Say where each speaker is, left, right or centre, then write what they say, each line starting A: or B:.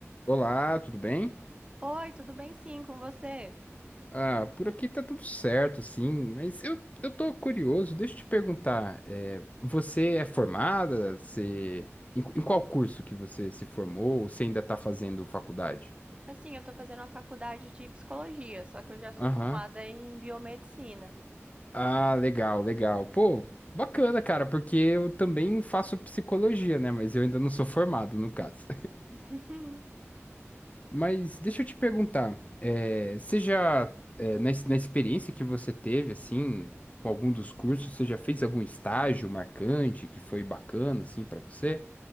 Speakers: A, on the left; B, on the right.
A: Olá, tudo bem?
B: Oi, tudo bem sim com você?
A: Ah, por aqui tá tudo certo, sim, mas eu, eu tô curioso, deixa eu te perguntar, é, você é formada? Você, em, em qual curso que você se formou? Ou Você ainda tá fazendo faculdade?
B: Assim, eu tô fazendo a faculdade de psicologia, só que eu já sou
A: Aham.
B: formada em biomedicina.
A: Ah, legal, legal. Pô, bacana, cara, porque eu também faço psicologia, né? Mas eu ainda não sou formado, no caso.
B: <laughs>
A: Mas deixa eu te perguntar, eh, você já, eh, na, ex- na experiência que você teve, assim, com algum dos cursos, você já fez algum estágio marcante que foi bacana, assim, pra você?